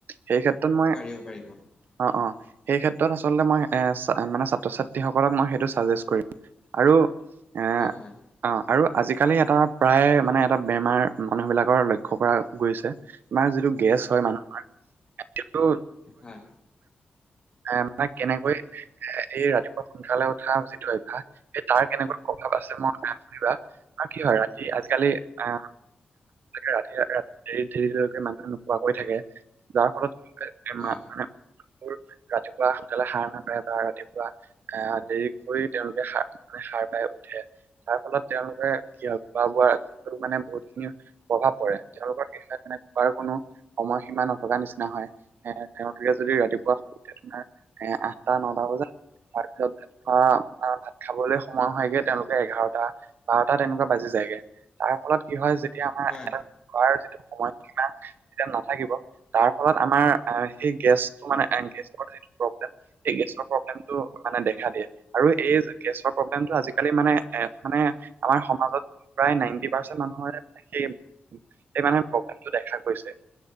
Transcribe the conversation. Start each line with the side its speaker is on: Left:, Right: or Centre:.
Right: সেই ক্ষেত্ৰত মই-
Left: পাৰিব পাৰিব
Right: অঁ অঁ, সেই ক্ষেত্ৰত আচলতে মই এ মানে ছাত্ৰ ছাত্ৰীসকলক সেইটো মই চাজেষ্ট কৰিম। আৰু এ-
Left: হয় হয়
Right: অঁ আৰু আজিকালি এটা প্ৰায় মানে এটা বেমাৰ মানুহ বিলাকৰ লক্ষ্য কৰা গৈছে- আমাৰ যিটো গেছ হয় মানুহৰ সেইটো-
Left: হয়
Right: এ মানে কেনেকৈ- এ এই ৰাতিপুৱা সোনকালে উঠা যিটো অভ্যাস, এই তাৰ কেনেকুৱা প্ৰভাৱ আছে মই শুনিবা- অঁ কি হয় ৰাতি, আজিকালি অঁ- ৰাতি ৰা দে দেৰিকে মানুহে নোখোৱাকৈ থাকে, যাৰ ফলত কি-
Left: হয়
Right: মা মা
Left: হয়
Right: মানুহবোৰ ৰাতিপুৱা সোনকালে সাৰ নাপায় বা ৰাতিপুৱা- আহ দেৰি কৰি তেওঁলোকে সাৰ মানে সাৰ পাই উঠে। তাৰ ফলত তেওঁলোকে কি হয় খোৱা বোৱা মানে বহুতখিনি- প্ৰভাৱ পৰে। তেওঁলোকৰ কেতিয়া তেনে খোৱাৰ কোনো- সময়সীমা নথকা নিচিনা হয়, এ তেওঁলোকে যদি ৰাতিপুৱা- আমাৰ এ আঠটা নটা বজাত- তাৰ পিছত ভাত খোৱা ভাত খাবলৈ সময় হয়গে তেওঁলোকে এঘাৰটা- বাৰটা তেনেকুৱা বাজি যায়গে তাৰ ফলত কি হয় যে- তিয়া আমাৰ
Left: হয়
Right: ঘৰ যিটো সময়সীমা- যেতিয়া নাথাকিব তাৰ ফলত আমাৰ সেই গেছটো মানে গেছৰ যিটো প্ৰব্লেম- এই গেছৰ প্ৰব্লেমটো মানে দেখা দিয়ে। আৰু এই গেছৰ প্ৰব্লেমটো আজিকালি মানে এ মানে আমাৰ সমাজত- প্ৰায় নাইনটি পাৰ্চেন্ট মানুহৰে সেই সেই মানুহে প্ৰব্লেমটো দেখা গৈছে।